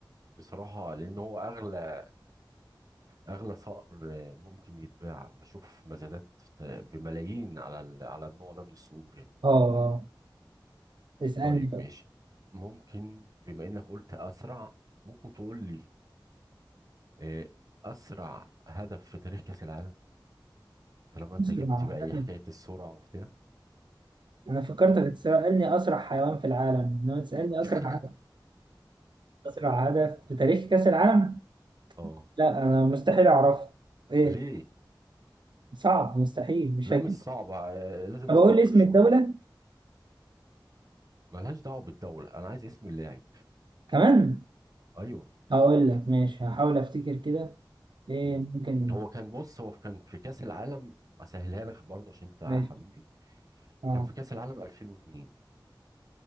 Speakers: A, on the right (about 45°); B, on the right (about 65°).
A: بصراحة لأن هو أغلى أغلى صقر آه، ممكن يتباع بشوف مزادات بملايين على ال- على النوع ده من الصقور يعني
B: اه اه اسالني
A: طيب
B: بقى
A: ماشي ممكن بما إنك قلت أسرع ممكن تقول لي آه، أسرع هدف في تاريخ كأس العالم طالما أنت
B: اسرع
A: جبت بقى إيه
B: هدف
A: حكاية السرعة وبتاع
B: انا فكرتك
A: مم.
B: هتسالني اسرع حيوان في العالم انما تسالني اسرع
A: <laughs>
B: هدف اسرع هدف في تاريخ كاس العالم
A: اه
B: لا انا مستحيل اعرفه ايه
A: ليه؟
B: صعب مستحيل مش
A: لا
B: هجيب
A: مش صعبة آه، لازم
B: طب
A: تفكر
B: اقول لي اسم
A: شوية
B: الدوله
A: ملهاش دعوة بالدولة أنا عايز اسم اللاعب
B: كمان
A: أيوه
B: هقول لك ماشي هحاول افتكر كده ايه
A: مم.
B: ممكن
A: هو كان بص هو كان في كأس العالم اسهلها لك برضه عشان انت
B: ماشي
A: حبيبي
B: اه
A: كان في كأس العالم 2002